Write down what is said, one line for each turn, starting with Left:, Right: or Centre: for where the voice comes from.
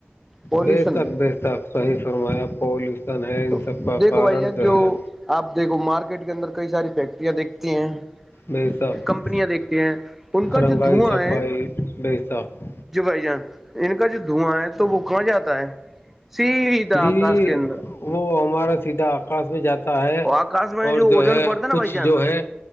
Centre: پالوشن
Left: بے تک بے تک صحیح فرمایا پالوشن ہے ان
Centre: تو
Left: سب کا
Centre: دیکھو
Left: کارن
Centre: بھائی جان
Left: جو ہے
Centre: آپ دیکھو مارکیٹ کے اندر کئی ساری فیکٹریاں دیکھتی ہیں
Left: بے شک
Centre: کمپنیاں دیکھتے ہیں ان کا
Left: رنگائی
Centre: جو دھواں
Left: چھپائی
Centre: ہے
Left: بے شک
Centre: جو بھائی جان ان کا جو دھواں ہے تو وہ کہاں جاتا ہے س آکاش
Left: جی
Centre: کیندر
Left: وہ ہمارا سیدھا آکاش میں جاتا ہے
Centre: اور آکاش میں
Left: اور جو
Centre: اوجن
Left: ہے
Centre: پڑتا نا
Left: کچھ
Centre: بھائی جان
Left: جو ہے